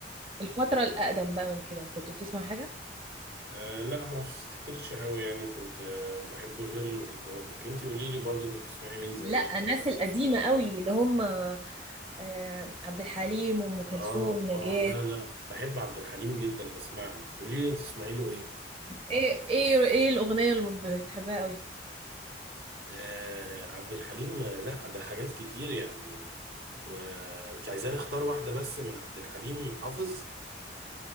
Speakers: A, on the right (about 30°); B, on the right (about 55°).
A: الفترة الأقدم بقى من كده كنت بتسمع حاجة؟
B: آه لا ما افتكرش قوي يعني كنت آه بحب غير اللي قلتهم لك انت قولي لي برضو كنت تسمعي مين زمان
A: لا الناس القديمة قوي اللي هم آه، عبد الحليم وأم كلثوم
B: اه اه
A: نجاة
B: لا لا بحب عبد الحليم جدا بسمع له قولي لي انت تسمعي له ايه
A: ايه ايه ايه الأغنية اللي ما بتحبها قوي؟
B: آه عبد الحليم آه، لا ده حاجات كتير يعني آه، انت عايزاني اختار واحدة بس من عبد الحليم حافظ